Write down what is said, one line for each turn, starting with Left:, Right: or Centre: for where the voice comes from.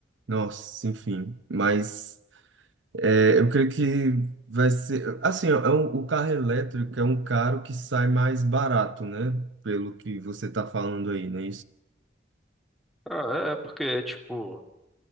Right: Nossa, enfim. Mas é, eu creio que vai ser. Assim, ó, é um- o carro elétrico é um carro que sai mais barato, né? Pelo que você tá falando aí, né?
Centre: Ah, é é porque, tipo.